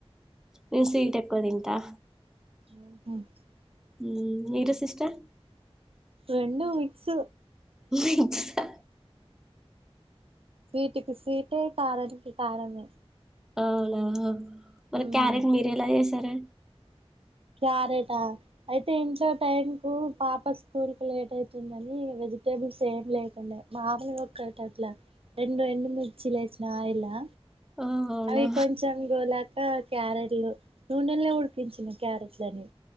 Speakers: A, in the centre; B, on the right.
A: నన్ స్వీట్ ఎక్కదింటా
B: మ్హ్
A: ఉం మీరు సిస్టర్
B: రెండూ మిక్స్
A: మిక్సా
B: స్వీటుకి స్వీటే కారం ఇ కారమే
A: అవునా మరి
B: మ్మ్
A: క్యారెట్ మీర్ ఎలా చేసారు
B: క్యారేటా అయితే ఏంచ టైం పు పాప స్కూల్ కు లేట్ అవుతుందని వెజిటేబుల్స్ ఏమి లేకుండే మామలుగా ఒకట అట్లా రెండు ఎండుమిర్చి లేసిన ఆయిలా
A: ఆ అవునా
B: అవి కొంచెం గోలా ఆ క్యారెట్లు నూనెలో ఉడికించిన క్యారెట్లని